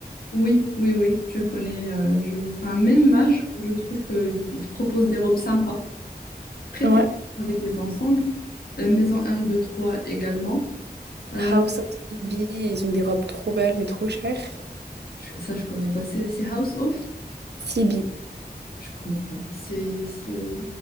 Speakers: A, on the left (about 65°); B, on the right (about 85°).
A: oui, oui, oui, je connais, euh, je, enfin, même âge, je trouve qu'ils te proposent des robes sympas, très,
B: Ouais.
A: très sympas avec des ensembles. Euh, Maison un 2 3 également. Euh,
B: House of Phoebe, ils ont des robes trop belles, mais trop chères.
A: je- ça, je connais pas. C'est c'est House Off?
B: Phoebe.
A: Je connais pas. C'est, c'est...